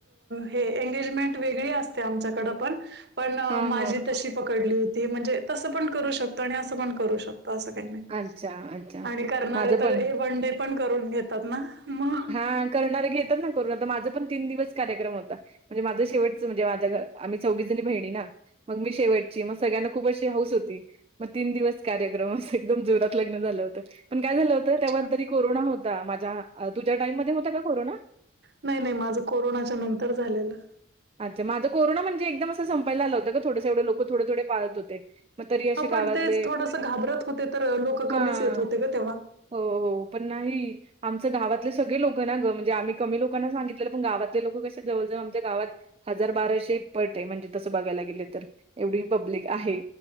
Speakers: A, on the right; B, on the right.
A: हे एंगेजमेंट वेगळी असते आमच्याकड पण पण
B: हां,
A: माझी
B: हां.
A: तशी पकडली होती म्हणजे तसं पण करू शकतो आणि असं पण करू शकतो असं काही नाही
B: अच्छा, अच्छा.
A: आणि करणारे
B: माझं
A: तर
B: पण
A: हे वन डे पण करून घेतात ना मग
B: हा करणारे घेतात ना करून आता माझा पण तीन दिवस कार्यक्रम होता म्हणजे माझं शेवटच म्हणे माझ्या घ आम्ही चौघी जणी बहिणी ना मग मी शेवटची मग सगळ्यांना खूप अशी हौस होती मग तीन दिवस कार्यक्रम अस एकदम जोरात लग्न झालं होतं पण काय झालं होतं
A: अच्छा.
B: तेव्हा तरी कोरोना होता माझ्या तुझ्या टाईम मध्ये होता का कोरोना
A: नाही नाही माझं कोरोनाच्या नंतर झालेलं
B: अच्छ माझं कोरो म्हणे एकदम अस संपायलालं होतं ोडंवढं लोक थो थो पात होते मग तरी असे
A: ह पण
B: गावातले
A: तेच थोडंसं घाबरत होते तर लोक
B: हां.
A: कमीच येत होते ग तेव्हा
B: हो हो पण नाही आमच गवातले सगळे लोक ना गंणजेम्ही कमी लोकांना सांगितलं पण गावातले लोक कशा जवळजव आमच्या गावात हजार बाराशे पट आहे म्हणजे तसं बघायला गेले तर एवढी पब्लिक आहे